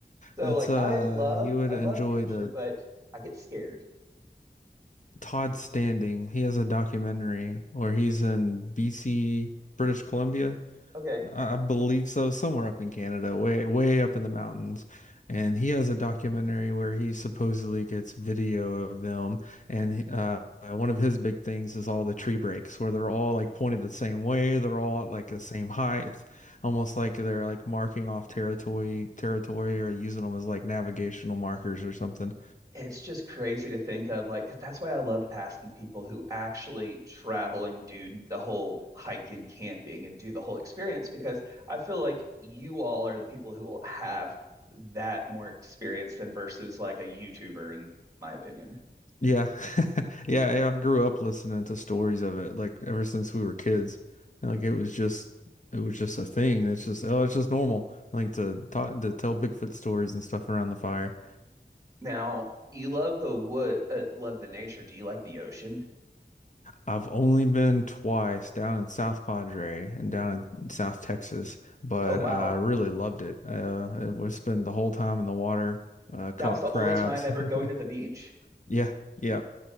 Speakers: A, on the right; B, on the left.
A: So
B: it's
A: like
B: uh
A: I love
B: you would
A: I
B: enjoy
A: love nature,
B: the
A: but I get scared.
B: Todd Standing. He has a documentary where he's in BC, British Columbia,
A: Okay.
B: I I believe so, somewhere up in Canada, way way up in the mountains. And he has a documentary where he supposedly gets video of them. And uh, uh, one of his big things is all the tree breaks, where they're all like pointed the same way, they're all at like the same height, almost like they're like marking off territory, territory, or using them as like navigational markers or something.
A: It's just crazy to think of like 'cause that's why I love asking people who actually travel and do the whole hiking, camping and do the whole experience because I feel like you all are the people who will have that more experience than versus like a YouTuber in my opinion.
B: Yeah. <laughs> Yeah, yeah, I grew up listening to stories of it like ever since we were kids. And, Like it was just it was just a thing. It's just oh, it's just normal like to talk to tell Bigfoot stories and stuff around the fire.
A: Now, you love the wood, uh, love the nature. Do you like the ocean?
B: I've only been twice down in South Padre and down in South Texas, but
A: Oh wow.
B: I really loved it. Uh, we spent the whole time in the water, uh, caught
A: That was the
B: crabs.
A: only time ever going
B: <laughs>
A: to the beach?
B: Yeah, yeah.